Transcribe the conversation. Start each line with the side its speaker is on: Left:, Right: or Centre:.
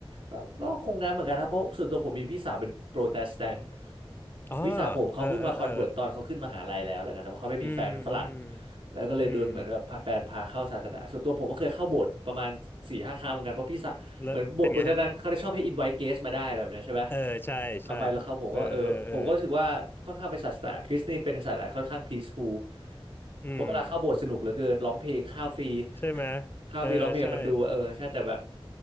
Right: ก็ก็คงงั้นเหมือนกันครับเพราะส่วนตัวผมมีพี่สาวเป็นโปรเตสแตนต์
Left: อ๋อ
Right: พี่สาวผมเขาเพิ่งมาคอนเวิร์ตตอนเขาขึ้นมหาลัยแล้วอะไรเงี้ยนะเพราะเขาไม่มีแฟนเป็นฝรั่ง
Left: เออเออเอออืมอืม
Right: แล้วก็เลยโดนเหมือนแบบพาแฟนพาเข้าศาสนาส่วนตัวผมก็เคยเข้าโบสถ์ประมาณสี่ห้าครั้งเหมือนกันเพราะพี่สาวเหมือนโบสถ์โปรเตสแตนต์เขาได้ชอบให้อินไวท์เกสมาได้อะไรแบบนี้ใช่ไหม
Left: อืมแล้วเป็นไงฮะเออใช่ใช่
Right: เอาไว้แล้วครับผมก็เออผมก็รู้สึกว่าค่อนข้างเป็นศาสนาคริสต์นี่เป็นศาสนาค่อนข้างพีซฟูล
Left: เออเออเอออืม
Right: เพราะเวลาเข้าโบสถ์สนุกเหลือเกินร้องเพลงข้าวฟรี
Left: ใช่ไหม
Right: <laughs> ข้าวฟรีร้องเพลงมันดูเออใช่แต่แบบ
Left: เออใช่